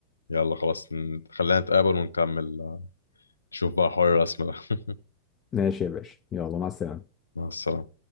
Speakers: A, on the left (about 75°); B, on the left (about 25°).
A: يلا خلاص ن- خلينا نتقابل ونكمل آه، نشوف بقى حوار الرسم ده <laughs>
B: ماشي يا باشا يلا مع السلامة
A: مع السلامة